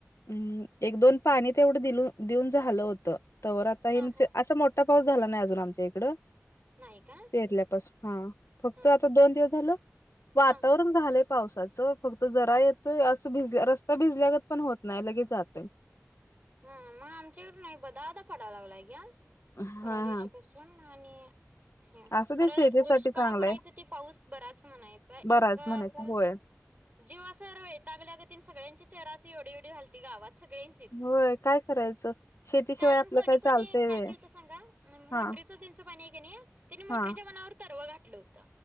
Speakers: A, on the left (about 65°); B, on the right (about 30°).
A: हम्म एक दोन पाणी तेवढं दि देऊन झालं होत. तवर आता
B: हा
A: हे
B: हा
A: असं मो ठा पाऊस झाला नाही अजून आमच्या इकडे.
B: नाही का?
A: पेरल्यापासून. हा फक्त
B: हा
A: आता दोन दिवस झालं वातावरण
B: हा
A: झालंय पावसाचं. फक्त जरा येतोय अस भिजल्या रस्ता भिजल्यागत पण होत नाय. लगेच जातो.
B: हा मग आमच्याकडून नाही बदाबदा पडायला लागलाय का्या.
A: हा
B: परवा दिवशी
A: हा
B: पाासून. आणि
A: असू
B: खरं
A: दे शेतीसाठी
B: दुष्काळ
A: चांगलंय
B: पडायचं ते पाऊस बराच म्हणायचा. इतकं
A: बराच म्हणायचं
B: असं
A: होय
B: जीव असं वैतागल्यागतीन सगळ्यांचे चेहरा अस एवढी एवढी झालती गावात. सगळ्यांचीच.
A: होय काय करायचं शेतीशिवाय
B: कारण
A: आपलं
B: कोणी
A: काय
B: कोणी
A: चालतंय व्हय
B: काय केलत सांगा. मोटरीचं
A: हा
B: ज्याचं पाणीय का नाही. त्यांनी मोटरीच्या
A: हा
B: मनावर तरव घातलं होतं.